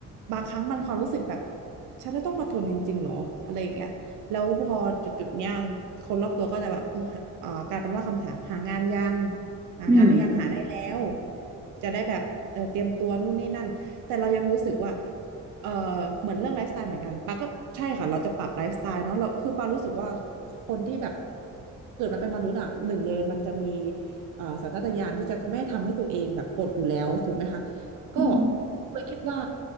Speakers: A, on the right (about 85°); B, on the right (about 25°).
A: บางครั้งมันความรู้สึกแบบฉันจะต้องมาทนจริงๆหรออะไรอย่างเงี้ย แล้วพอจุดๆเนี้ยคนรอบตัวก็จะแบบเออเอ่อกลายเป็นว่าคำถามหางานยังหางานหรือยังหาได้แล้ว
B: อืม
A: จะได้แบบเออเตรียมตัวนู่นนี่นั่นแต่เรายังรู้สึกว่าเออเหมือนเรื่องไลฟ์สไตล์เหมือนกันปาก็ใช่ค่ะเราจะปรับไลฟ์สไตล์เนาะเราคือปารู้สึกว่าคนที่แบบเกิดมาเป็นมนุษย์อ่ะหนึ่งเลยมันจะมีเอ่อสัญชาตญาณที่จะไม่ทำให้ตัวเองแบบอดอยู่แล้วถูกไหมคะ
B: อืม
A: ก็เลยคิดว่า